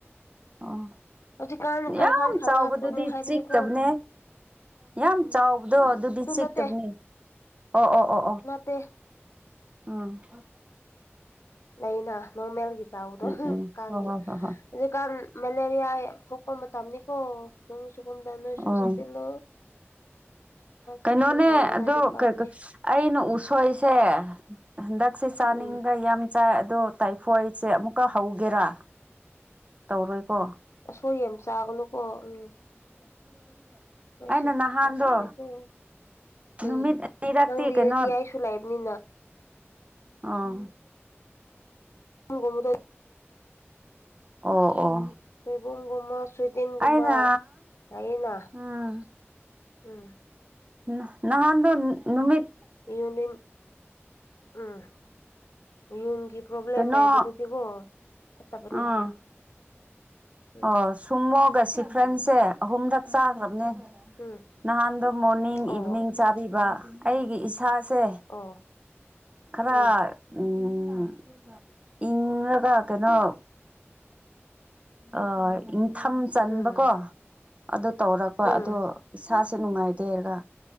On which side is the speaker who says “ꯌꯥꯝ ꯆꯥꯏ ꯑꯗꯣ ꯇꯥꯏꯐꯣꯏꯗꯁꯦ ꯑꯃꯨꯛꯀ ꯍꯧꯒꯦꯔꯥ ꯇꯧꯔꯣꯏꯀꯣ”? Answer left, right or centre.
Right